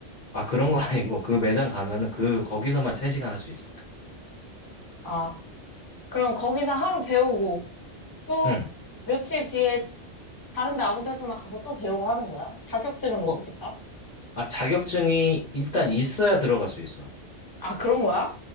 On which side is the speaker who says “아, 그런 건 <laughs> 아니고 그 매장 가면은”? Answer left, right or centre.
Left